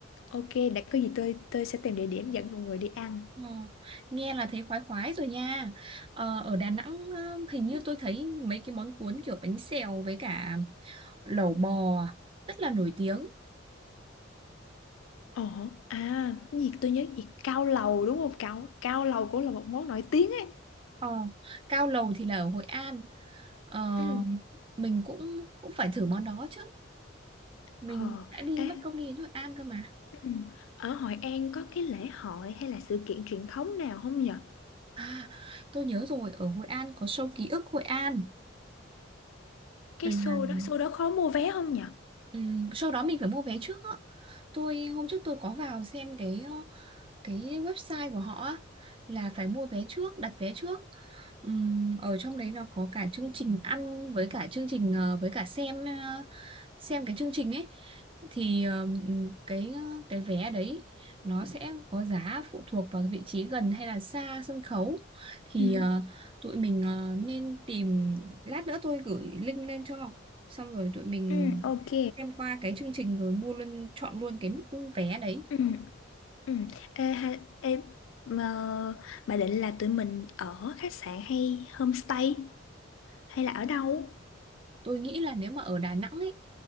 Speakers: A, on the left; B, on the right.
A: Ok, để có gì tôi tôi sẽ tìm địa điểm dẫn mọi người đi ăn.
B: ờ, Nghe là thấy khoái khoái rồi nha ờ, Ở Đà Nẵng ờ, hình như tôi thấy mấy cái món cuốn kiểu bánh xèo với cả lẩu bò rất là nổi tiếng
A: Ồ, à, cái gì tôi nhớ gì cao lầu đúng không? Cao cao lầu cũng là một món nổi tiếng ấy.
B: ờ, Cao lầu thì là ở Hội An ờ,
A: Ừ.
B: Mình cũng cũng phải thử món đó chứ Mình
A: Ờ,
B: đã đi
A: ê,
B: mất công đi đến Hội An cơ mà
A: ừ. Ở Hội An có cái lễ hội hay là sự kiện truyền thống nào không nhở?
B: À, tôi nhớ rồi, ở Hội An có show ký ức Hội An
A: Cái
B: là
A: show đó, show đó khó mua vé không nhở?
B: ừm, sau đó mình phải mua vé trước á tôi hôm trước tôi có vào xem cái ờ, cái website của họ á, là phải mua vé trước đặt vé trước Ừm, ở trong đấy nó có cả chương trình ăn với cả chương trình ờ, với cả xem xem cái chương trình ấy thì ờm, cái cái vé đấy nó sẽ có giá phụ thuộc vào cái vị trí gần hay là xa sân khấu thì
A: Ừ.
B: ờ, tụi mình ờ, nên tìm lát nữa tôi gửi link lên cho xong rồi tụi mình
A: Ừ, ok.
B: xem qua cái chương trình rồi mua luôn chọn luôn cái mức vé đấy
A: Ừ, ừ. Ê, hay, ê, mà bà định là tụi mình ở khách sạn hay homestay hay là ở đâu?
B: tôi nghĩ là nếu mà ở Đà Nẵng ấy